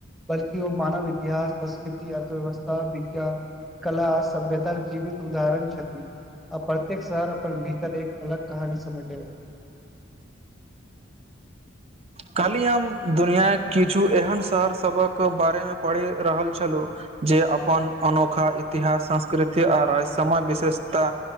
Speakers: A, in the centre; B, on the right.
A: बल्कि ओ मानव इतिहास, संस्कृति, अर्थव्यवस्था, विज्ञान। कला सभ्यता जीवित उदाहरण छथि। आ प्रत्येक शहर अपन भीतर एक अलग कहानी समेटे अछि।
B: काल्हि हम दुनियाक किछु एहन शहर सभक बारे में पढ़ि रहल छलहुँ। जे अपन अनोखा इतिहास, संस्कृति आ राज समय विशेषता